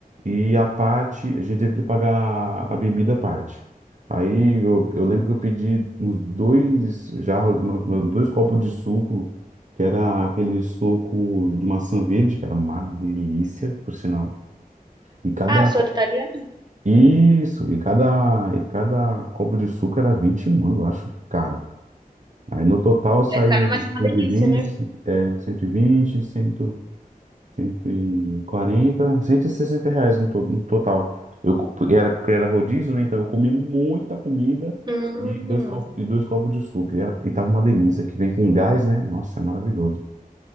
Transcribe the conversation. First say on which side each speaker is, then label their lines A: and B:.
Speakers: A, on the right; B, on the right.
A: E a parte. A gente teve que pagar a bebida à parte. Aí eu, eu lembro que eu pedi uns dois jarros, uma- uma- dois copos de suco, que era aquele suco de maçã verde, que era uma delícia, por sinal. E cada
B: Ah, só do italiano?
A: isso, e cada, e cada copo de suco era 20 mango, eu acho, caro. Aí no total saiu
B: É caro, mas é uma
A: 120,
B: delícia, né?
A: é, cento e vinte, cem, cento e quarenta, cento e sessenta reais no, to- no total. Eu, co- porque era, porque era rodízio, né? Então eu comi muita comida
B: Hum,
A: e dois copos, e dois copos de suco. E, era- e tava uma delícia, que vem com gás, né? Nossa, é maravilhoso.